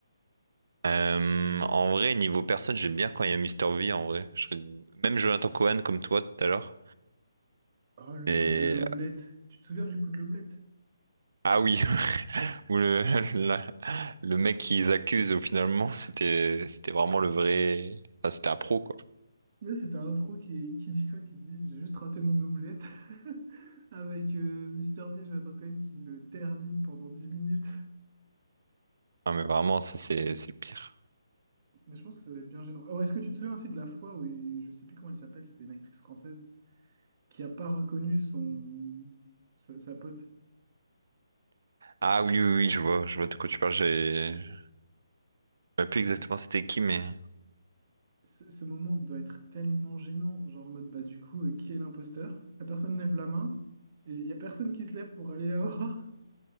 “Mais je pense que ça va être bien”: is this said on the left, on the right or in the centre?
Right